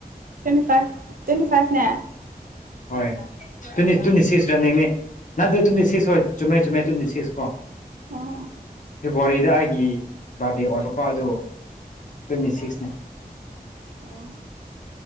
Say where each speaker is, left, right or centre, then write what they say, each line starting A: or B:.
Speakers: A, on the right; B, on the left.
A: ꯇ꯭ꯋꯦꯟꯇꯤ ꯐꯥꯏꯚ ꯇ꯭ꯋꯦꯟꯇꯤ ꯐꯥꯏꯚꯅꯦ
B: ꯍꯣꯏ ꯇꯨꯅꯤ ꯇꯨꯅꯤ ꯁꯤꯁꯔꯥꯅꯦꯃꯦ ꯅꯠꯇꯦ ꯇꯨꯅꯤ ꯁꯤꯁ ꯍꯣꯏ ꯆꯨꯝꯃꯦ ꯆꯨꯝꯃꯦ ꯇꯨꯅꯤ ꯁꯤꯁ ꯀꯣ
A: ꯑꯣ
B: ꯐꯦꯕꯋꯥꯔꯤꯗ ꯑꯩꯒꯤ ꯕꯥꯔꯗꯦ ꯑꯣꯏꯕꯀꯣ ꯑꯗꯨ ꯇ꯭ꯋꯦꯟꯇꯤ ꯁꯤꯛꯁꯅꯦ
A: ꯑꯣ